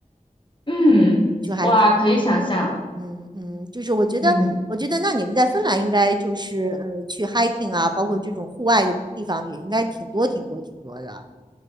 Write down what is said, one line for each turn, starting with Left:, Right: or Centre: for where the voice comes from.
Left: 嗯，
Right: 就还挺好。
Left: 哇，可以想象。
Right: 嗯嗯，就是我觉得，
Left: 嗯，
Right: 我觉得那你们在芬兰应该就是呃去 hiking 啊，包括这种户外的地方也应该挺多挺多挺多的。